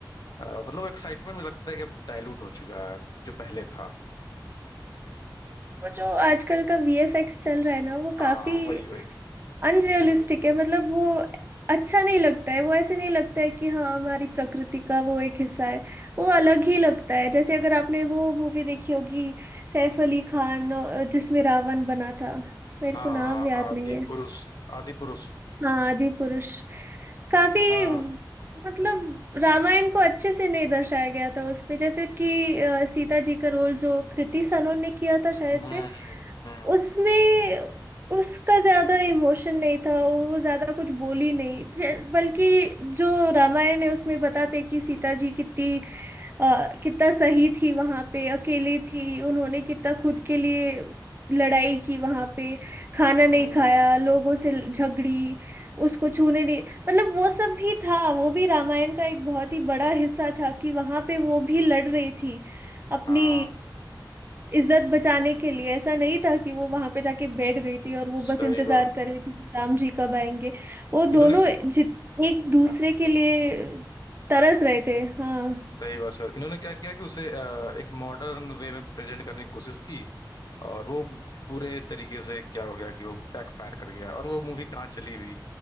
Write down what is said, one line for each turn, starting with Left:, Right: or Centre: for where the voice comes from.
Left: अ, मतलब एक्साइटमेंट मुझे लगता है कि अब डाइल्यूट हो चुका है जो पहले था
Right: वो जो आजकल का वीएफएक्स चल रहा है ना वो
Left: हाँ
Right: काफी
Left: वही वही
Right: अनरियलिस्टिक
Left: हम्म
Right: है मतलब वो अच्छा नहीं लगता है वो ऐसे नहीं लगता है कि हाँ हमारी प्रकृति का वो एक हिस्सा है वो अलग ही लगता है जैसे अगर आपने वो मूवी देखी होगी सैफ अली खान अ, जिसमें रावण बना था मेरे
Left: हाँ
Right: को नाम याद
Left: आदि
Right: नहीं है
Left: पुरुष आदि पुरुष
Right: हाँ आदि पुरुष काफी
Left: हाँ
Right: मतलब रामायण को अच्छे से नहीं दर्शाया गया था उसमें जैसे कि अ, सीता जी का रोल जो कृति सनोन ने किया था शायद
Left: हम्म
Right: से
Left: हम्म
Right: उसमें उसका ज्यादा इमोशन नहीं था वो ज्यादा कुछ बोली नहीं जे- बल्कि जो रामायण है उसमें बताते कि सीता जी कितनी अ, कितना सही थी वहां पे अकेली थी उन्होंने कितना खुद के लिए लड़ाई की वहां पे खाना नहीं
Left: हम्म,
Right: खाया लोगों से झगड़ी उसको छूने नहीं मतलब वो सब भी था वो भी रामायण का एक बहुत ही बड़ा हिस्सा था कि वहां पे वो भी लड़ रही थी अपनी
Left: हाँ
Right: इज्जत बचाने के लिए ऐसा नहीं था कि वो वहां पे जाके बैठ गई थी और वो
Left: सही
Right: बस इंतजार
Left: बात
Right: कर रही थी कि राम जी कब आएंगे वो
Left: इन्होंने
Right: दोनों
Left: क्या
Right: जित एक दूसरे
Left: हाँ,
Right: के लिए तरस रहे थे हाँ
Left: सही बात सर इन्होंने क्या किया कि उसे अ, एक मॉडर्न वे में प्रेजेंट करने की कोशिश की और वो पूरे तरीके से क्या हो गया कि वो बैकफायर कर गया और वो मूवी कहाँ चली भी